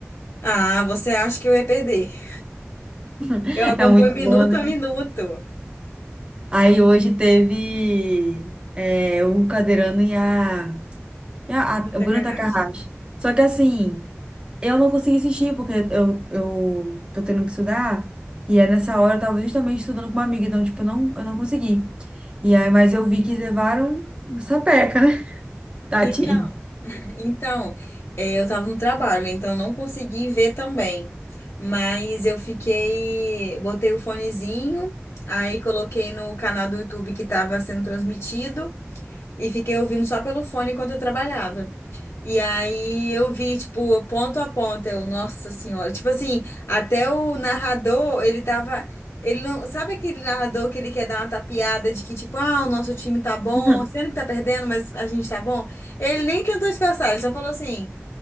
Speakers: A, on the left; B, on the right.
A: Ah, você acha que eu ia perder?
B: <laughs>
A: Eu acompanho
B: É muito
A: minuto
B: bom, né?
A: a minuto.
B: Aí hoje teve é, o Cadeirano e a. E a- a-
A: No
B: o
A: Takahashi.
B: Bruno Takahashi. Só que assim, eu não consegui assistir, porque eu, eu tô tendo que estudar. E é nessa hora eu tava justamente estudando com uma amiga, então, tipo, eu não, eu não consegui. E aí, mas eu vi que levaram uma sapeca, né? <laughs> Tadinho.
A: Então, então, é, eu tava no trabalho, né? então eu não consegui ver também. Mas eu fiquei, botei o fonezinho, aí coloquei no canal do YouTube que tava sendo transmitido. E fiquei ouvindo só pelo fone enquanto eu trabalhava. E aí eu vi, tipo, ponto a ponto, eu, nossa senhora. Tipo assim, até o narrador, ele tava. Ele não. Sabe aquele narrador que ele quer dar uma tapeada de que, tipo, ah, o nosso time tá bom,
B: <laughs>
A: sendo que tá perdendo, mas a gente tá bom? Ele nem tentou disfarçar, ele só falou assim: